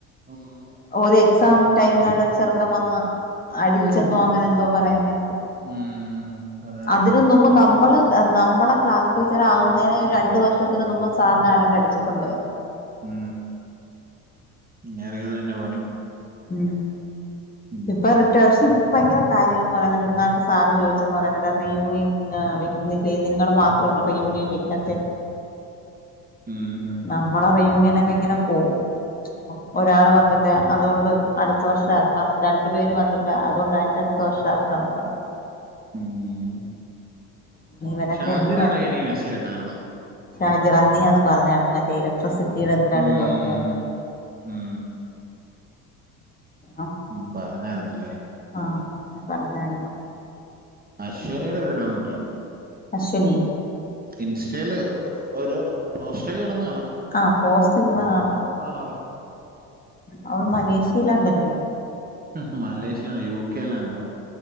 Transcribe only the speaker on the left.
ഒരു എക്സാം ടൈമിലാട്ട് ഒരു ചെറുക്കൻ വന്ന് അടിച്ചെന്നോ
അങ്ങനെ എന്തോ പറയണേകേട്ടു
അതിന് മുമ്പ് നമ്മള് നമ്മളെ ക്ലാസ് ടീച്ചർ ആവുന്നതിന് ഒരു രണ്ടു വർഷത്തിന് മുൻപ് സാറിനെ ആരാണ്ട് അടിച്ചിട്ടുണ്ട്
ഉം
ഇപ്പൊ റിട്ടേഷൻ ഭയങ്കര കാര്യംന്ന് പറയുന്നുണ്ട് എന്താണ് സാറ് ചോദിച്ചെന്ന് പറയുന്നുണ്ട് അപ്പ റീ യൂണിയൻ ആ വെക്കുന്നില്ലേ നിങ്ങള് മാത്രേള്ളൂ റീ യൂണിയൻ വെക്കാത്തെന്ന്
നമ്മള റീ യൂണിയൻ ഒക്കെ ഇങ്ങനെ പോവും ഒരാള് വന്നില്ല അതുകൊണ്ട് അടുത്ത വർഷം ആ ക്കം രണ്ടു പേരും വന്നില്ല അതുകൊണ്ട് അതിന്റെ അടുത്ത വർഷം ആക്കാന്ന് പറഞ്ഞു
പറഞ്ഞു ഇവനൊക്കെ
എന്ന് വരും
ഷാജിറ നീയാന്ന് പറഞ്ഞായിരുന്നു മറ്റേ ഇലക്ട്രിസിറ്റിടെ എന്തിരാണ്ട്
ചോദിക്കാൻ വേ
ആഹ്
ആഹ പറഞ്ഞായിരുന്നു
അശ്വനി
ആ പോസ്റ്റ്‌ ഇടുന്നെ കാണാം
അവൾ മലേഷ്യയിലാണ്ടല്ലേ